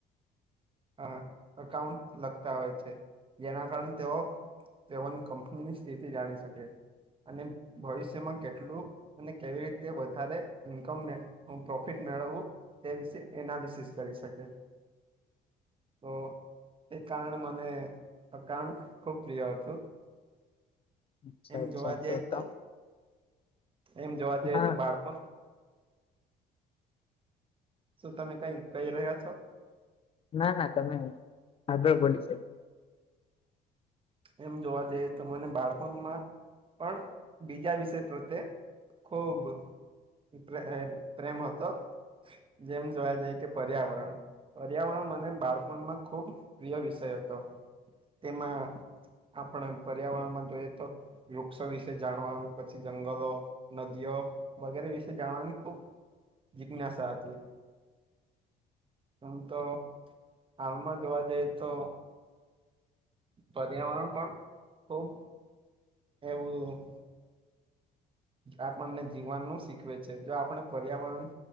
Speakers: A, on the right (about 30°); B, on the left (about 35°).
A: અ અકાઉન્ટ લખતા હોય છે જેના કારણે તેઓ તેઓની કંપનીની સ્થિતિ જાણી શકે અને ભવિષ્યમાં કેટલું અને કેવી રીતે વધારે ઇન્કમ પ્રોફિટ મેળવવું તે વિશે એનાલિસિસ કરી શકે તો એ કારણે મને અકાઉન્ટ ખુબ પ્રિય હતું
B: અચ્છા
A: એમ
B: અચ્છા
A: જોવા જઈએ તો
B: તમે
A: એમ જોવા
B: હા
A: જઈ તો બાળકો શું તમે કઈ કહી રહ્યા છો
B: ના ના તમે આગળ બોલી શકો
A: એમ જોવા જઈએ તમને બાળપણમાં પણ બીજા વિષય પ્રત્યે ખુબ પ્ર પ્રેમ હતો જેમ જોવા જઈએ કે પર્યાવરણ પર્યાવરણ મને બાળપણમાં ખુબ પ્રિય વિષય હતો તેમાં આપણે પર્યાવરણમાં જોઈએ તો વૃક્ષો વિશે જાણવાનું પછી જંગલો નદીઓ વગેરે વિશે જાણવાની ખૂબ જીગ્નસા હતી હમ તો હાલમાં જોવા જઈએ તો પર્યાવરણ પણ ખુબ એવું આપણને જીવવાનું શીખવે છે જો આપણે પર્યાવરણ